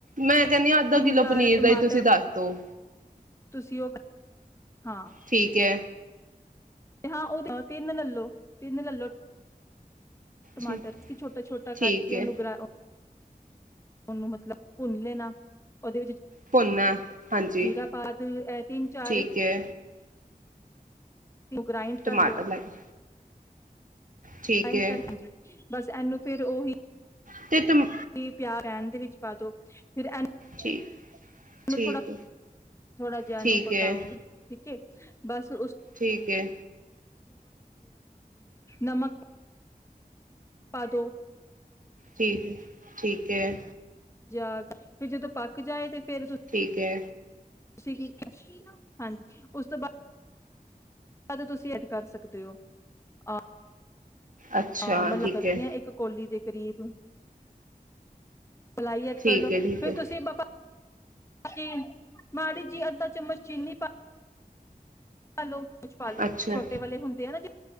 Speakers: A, on the right; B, on the left.
A: ਮੈਂ
B: ਤਿੰਨ
A: ਕਹਿਦੀ ਅਦਲ ਦਿਲੋਂ
B: ਚਾਰ
A: ਪਨੀਰ
B: ਟਮਾਟਰ
A: ਦਾ ਤੁਸੀਂ ਦੱਸ ਦੋ।
B: ਤੁਸੀਂ ਉਹ ਹਾਂ
A: ਠੀਕ ਹ।
B: ਹਾਂ ਤਿੰਨ ਲਲੋ, ਤਿੰਨ ਲੈਲੌ ਟਮਾਟਰ
A: ਠੀ
B: ਤੁਸੀਂ ਛੋਟਾ ਛੋਟਾ
A: ਠੀਕ
B: ਕੱਟ ਕੇ
A: ਹੈ
B: ਉਹਨੂੰ ਨੂੰ ਮਤਲਬ ਭੁੰਨ ਲੈਣਾ ਉਹਦੇ ਵਿੱਚ
A: ਭੁੰਨਨਾ ਹਾਂਜੀ
B: ਜੀਰਾ ਪਾ ਤਿਨ ਚਾਰ
A: ਠੀਕ ਹੈ
B: ਇਬਰਾਹੀਮ
A: ਟਮਾਟਰ
B: ਕਰ ਲਓ।
A: ਲੈ ਕੇ
B: <inaudible>
A: ਠੀਕ ਹੈ
B: ਬਸ ਇਹਨੂੰ ਫਿਰ ਉਹੀ
A: ਅਤੇ ਟਮ
B: ਪਿਆ ਰਹਿਣ ਦੇ ।ਵਿੱਚ ਪਾ ਦੋ ਫਿਰ
A: ਠੀਕ
B: ਮੈਨੂੰ
A: ਠੀਕ
B: ਥੋੜਾ ਜਿਹਾ
A: ਠੀਕ
B: ਇਹਨੂੰ ਪਕਾਓ।
A: ਹੈ
B: <inaudible> ਬਸ
A: ਠੀਕ ਹੈ
B: ਨਮਕ <unintelligible> ਪਾਦੋ।
A: ਠੀਕ ਠੀਕ ਐ।
B: <inaudible> ਪੱਕ ਜਾਏ ਤੇ ਫਿਰ
A: ਠੀਕ ਹੈ
B: <unintelligible> ਹਾਂਜੀ ਉਸ ਤੋਂ ਬਾਅਦ ਕਦੋਂ ਤੁਸੀਂ ਐਡ ਕਰ ਸਕਦੇ ਹੋ। ਆ
A: ਅੱਛਾ
B: ਆ
A: ਠੀਕ
B: <inaudible> ਕਰਦੀ
A: ਹੈ
B: ਇੱਕ ਕੋਲੀ ਦੇ ਕਰੀਬ। ਪਲਾਈ ਐਡ
A: ਠੀਕ
B: ਕਰ ਦੋ
A: ਹੈ ਠੀਕ
B: ਤੇ
A: ਹੈ
B: ਤੁਸੀ ਫਿਰ ਬਾਬਾ <unintelligible> ਮਾੜੀ ਜੀ ਅੱਧਾ ਚਮਚ ਚੀਨੀ ਪਾ ਹੈਲੋ। ਕੁਝ ਪਾਲੋ
A: ਅੱਛਾ
B: ਛੋਟੇ ਵਾਲੇ ਹੁੰਦੇ ਆ